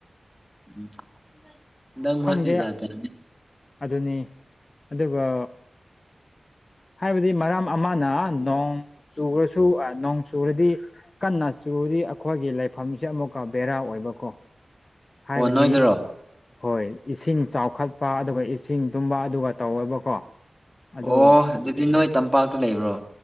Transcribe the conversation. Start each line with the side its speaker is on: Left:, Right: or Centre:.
Centre: ꯎꯝ
Left: ꯈꯪꯗꯦ
Centre: ꯖꯥꯠ ꯖꯥꯠ ꯅꯦ
Left: ꯑꯗꯨꯅꯤ ꯑꯗꯨꯒ ꯍꯥꯏꯕꯗꯤ ꯃꯔꯝ ꯑꯃꯅ ꯅꯣꯡ ꯆꯨꯔꯁꯨ ꯅꯣꯡ ꯆꯨꯔꯗꯤ ꯀꯟꯅ ꯆꯨꯔꯨꯗꯤ ꯑꯩꯈꯣꯏꯒꯤ ꯂꯩꯐꯝꯁꯦ ꯑꯃꯨꯛꯀ ꯕꯦꯔꯥ ꯑꯣꯏꯕꯀꯣ ꯍꯥꯏꯕꯗꯤ
Centre: ꯑꯣ ꯅꯣꯏꯗꯔꯣ
Left: ꯍꯣꯏ ꯏꯁꯤꯡ ꯆꯥꯎꯈꯠꯄ ꯑꯗꯨꯒ ꯏꯁꯤꯡ ꯇꯨꯝꯕ ꯑꯗꯨꯒ ꯇꯧꯋꯦꯕꯀꯣ ꯑꯗꯨ
Centre: ꯑꯣ ꯑꯗꯨꯗꯤ ꯅꯣꯏ ꯇꯝꯄꯥꯛꯇ ꯂꯩꯕ꯭ꯔꯣ